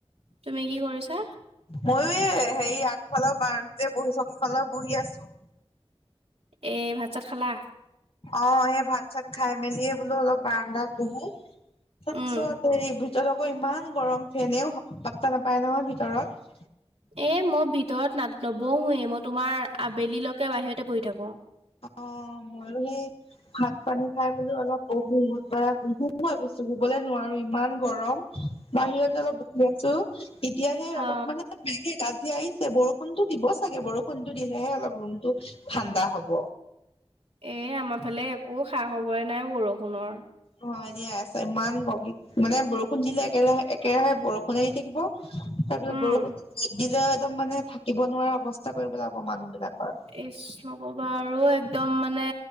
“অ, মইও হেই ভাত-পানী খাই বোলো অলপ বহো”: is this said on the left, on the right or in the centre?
Left